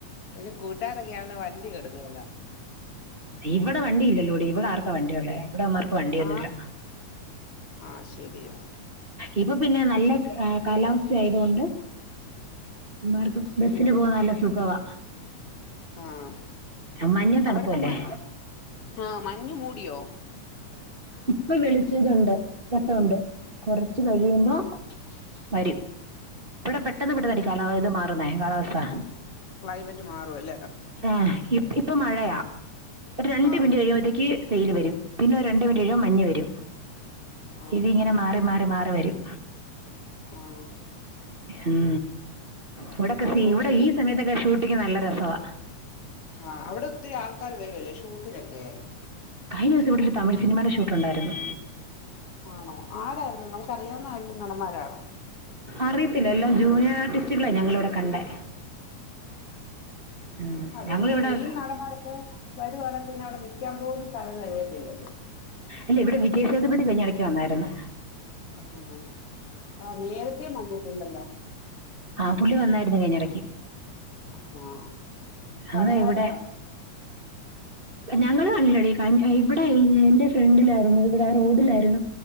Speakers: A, on the left (about 50°); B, on the right (about 30°).
A: പിന്നെ കൂട്ടാരൊക്കെയാണല്ലോ വണ്ടി കൊടുക്കുല്ല
B: ഇവടെ വണ്ടി ഇല്ലല്ലോടീ ഇവടെ ആർക്ക വണ്ടിയുള്ളെ ഇവടെയുള്ള മാർക്ക് വണ്ടിയൊന്നുല്ല
A: ആഹ് ആഹ് ശരിയാ
B: ഇപ്പൊ പിന്നെ നല്ല എ കാലാവസ്ഥ ആയതുകൊണ്ട് ഇമ്മാർക്കും ബസ്സിന്
A: ഉം
B: പോകാൻ നല്ല സുഖവാ
A: ആഹ്
B: മഞ്ഞും തണുപ്പല്ലേ
A: അവ്ട്ത്തെ മ ആ മഞ്ഞ് മൂടിയോ
B: ഇപ്പൊ വെളിച്ചതുണ്ട് ഘട്ടൊണ്ട് കൊറച്ച് കഴിയുമ്പോ വരും ഇവടെ പെട്ടെന്ന്
A: ആഹ്
B: പെട്ടെന്നല്ലേ ഇ കാലാവ ഇത് മാറുന്നേ കാലാവസ്ഥ
A: ക്ലൈമറ്റ് മാറു അൽ
B: എ ഇ ഇപ്പ മഴയാ ഒരു രണ്ട്
A: ആഹ്
B: മിനിറ്റ് കഴിയുമ്പോത്തേക്ക് വെയില് വരും പിന്നെ രണ്ട് മിനിറ്റ്കഴി യുമ്പോ മഞ്ഞ് വരും
A: ആഹ്
B: ഇതിങ്ങനെ മാറി മാറി മാറി വരും
A: ഉം
B: ഉം ഇവടെക്കസി
A: അതുകൊണ്ട്
B: ഇവടെ
A: തന്നെ
B: ഈ സമയത്ത് വ്ടക്കെ ഷൂട്ടിംഗ് നല്ല രസവാ
A: ആഹ് അവ്ടെ ഒത്തിരി ആൾക്കാര് വെരൊല്ലേ ഷൂട്ടിനൊക്കെ
B: കഴിഞ്ഞോസം ഇവ്ടൊരു തമിഴ് സിനിമടെ ഷൂട്ടുണ്ടായിരുന്നു
A: ആണോ ആരായിരുന്നു നമുക്കറിയാവുന്ന ആരേലും നടന്മാരാണോ
B: അറിയത്തില്ല എല്ലാം ജൂനിയർ ആർട്ടിസ്റ്റുകളെ ഞങ്ങളിവിടെ കണ്ടേ ഉം.
A: അതെവല്യ
B: ഞങ്ങളിവിടെ
A: മെയിൻ നടന്മാരൊക്കെ വരുവാണങ്ക പിന്നെ അവ്ടെ നിക്കാൻ പോലും സ്ഥലം തെകയത്തില്ലല്ലോ
B: ഇല്ലേ ഇവ്ടെ വിജയശദ്പതി കഴിഞ്ഞടക്ക് വന്നായിരുന്നു
A: ആണോ ആ നേരത്തെ വന്നിട്ടുണ്ടല്ലോ
B: ആ പുള്ളി വന്നായിരുന്നു അതിനടയ്ക്ക്
A: ആഹ്
B: അന്ന്
A: കണ്ടായിരുന്നോ
B: ഇവ്ടെ ഞങ്ങള് കണ്ടില്ലെടീ കയി അയ് ഇവടെ എന്റെ ഫ്രണ്ടിലായിരുന്നു ഇവിടെ റോഡിലായിരുന്നു